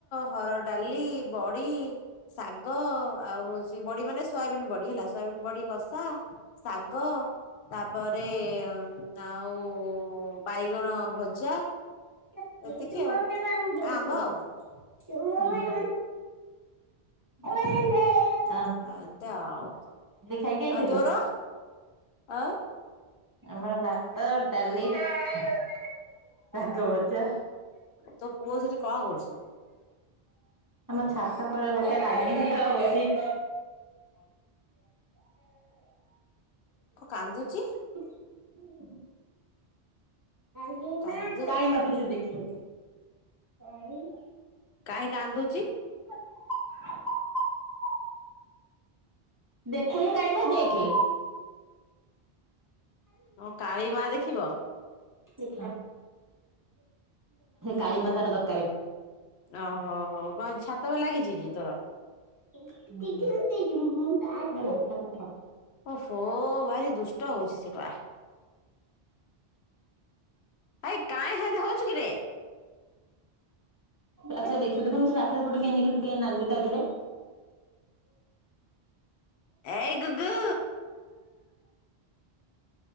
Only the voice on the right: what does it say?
କେ
ମାଇ
ରାାମ ଧର
ଗଲେ
କେ ମାଇ ବ <inaudible>
ଖାଇକି ଆଇଥିଲୁ
ଆମର ବା ତ ଡାଲି ସାଗ ଭଜା
ଆମ ଛାତ ପରେ ଗୋଟେ ରାଙ୍ଗିଙ୍ଗଟ ହଉଛି <inaudible>
<inaudible> <inaudible>
<inaudible> ଦେଖୁନୁ କନି ମା ଦେଖେ
ସେ କାଳି ମା ତାର ଦରକାର।
<inaudible>
ଆଛା ଦେଖିବୁ ଦେଖନ୍ତୁ ସେ ରାକ୍ଷ ପଟୁ କେ କେ କେ ନାଗୁ ତା ଦେହରେ